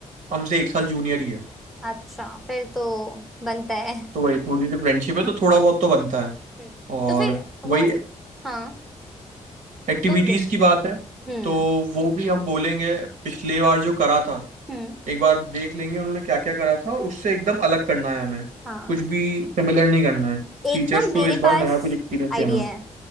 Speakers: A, on the right; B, in the centre.
A: हमसे एक साल जूनियर ही है
B: अच्छा फिर तो बनता है
A: तो वही थोड़ी सी फ्रेंडशिप है तो थोड़ा बहुत तो बनता है
B: हम्म
A: और
B: तो फिर
A: वही
B: हो हाँ
A: एक्टिविटीज़
B: तो देख
A: की बात है
B: हम्म
A: तो वो भी हम बोलेंगे पिछली बार जो करा था
B: हम्म
A: एक बार देख लेंगे उन्होंने क्या क्या करा था और उससे एकदम अलग करना है हमें
B: हाँ
A: कुछ भी सिमिलर नहीं करना है
B: एक
A: टीचर्स
B: ना मेरे
A: को इस
B: पास
A: बार नया कुछ एक्सपीरियंस
B: आइडिया
A: देना है
B: है